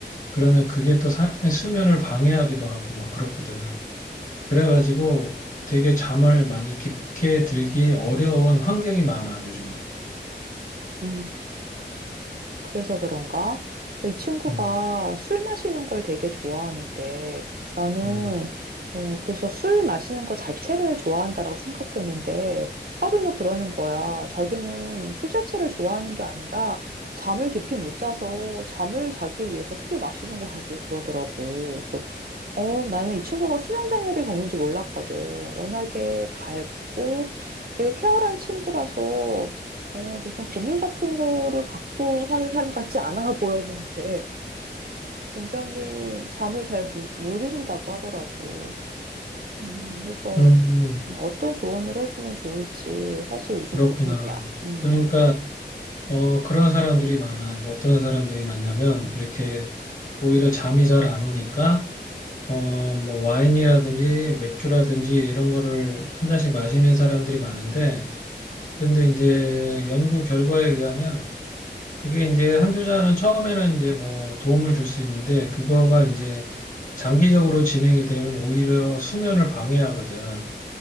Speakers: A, on the left; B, on the right.
A: 그러면 그게 또 사람의 수면을 방해하기도 하고 막 그렇거든. 그래가지고 되게 잠을 많이 깊게 들기 어려운 환경이 많아, 요즘은.
B: 음. 그래서 그런가? 어, 이 친구가
A: 음,
B: 술 마시는 걸 되게 좋아하는데 나는
A: 음,
B: 어, 그래서 술 마시는 거 자체를 좋아한다라고 생각했는데 하루는 그러는 거야. 자기는 술 자체를 좋아하는 게 아니라 잠을 깊이 못 자서 잠을 자기 위해서 술을 마시는 거라고 그러더라고. 그래서 어, 나는 이 친구가 순환장애를 겪는지 몰랐거든. 워낙에 밝고 되게 쾌활한 친구라서 어, 무슨 고민 같은 거를 갖고 사는 사람 같지 않아 <laughs> 보였는데 굉장히 잠을 잘 못, 못 이룬다고 하더라고. 음, 그래서
A: 음,
B: 음, 어떤 조언을 해주면 좋을지 사실 요즘
A: 그렇구나.
B: 고민이야. 음,
A: 그러니까 어, 그런 사람들이 많아. 뭐 어떤 사람들이 많냐면 이렇게 오히려 잠이 잘 안 오니까 어, 뭐 와인이라든지 맥주라든지 이런 거를 한 잔씩 마시는 사람들이 많은데 그런데 이제 연구 결과에 의하면 그게 이제 한두 잔은 처음에는 이제 뭐 도움을 줄 수 있는데 그거가 이제 장기적으로 진행이 되면 오히려 수면을 방해하거든.